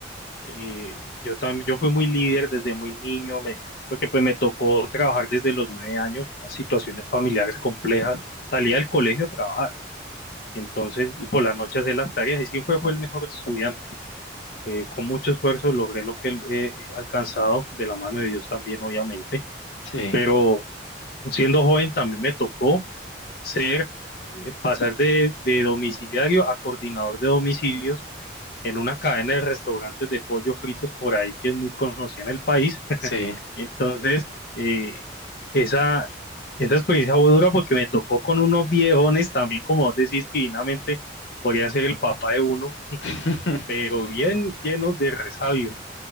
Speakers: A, on the left; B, on the left.
A: eh, yo también, yo fui muy líder desde muy niño, me- porque pues me tocó trabajar desde los nueve años, unas situaciones familiares complejas. Salía del colegio a trabajar, entonces, y por las noches de las tareas, y sí fue, fue el mejor estudiante. Eh, con mucho esfuerzo logré lo que eh, he alcanzado, de la mano de Dios también, obviamente
B: Sí,
A: pero siendo joven también me tocó ser, eh, pasar de, de domiciliario a coordinador de domicilios en una cadena de restaurantes de pollo fritos por ahí que es muy conocida en el país.
B: sí.
A: Entonces, eh, esa, esa experiencia fue dura porque me tocó con unos viejones también, como vos decís, que divinamente podrían ser el papá de uno,
B: <laughs>
A: pero bien llenos de resabios.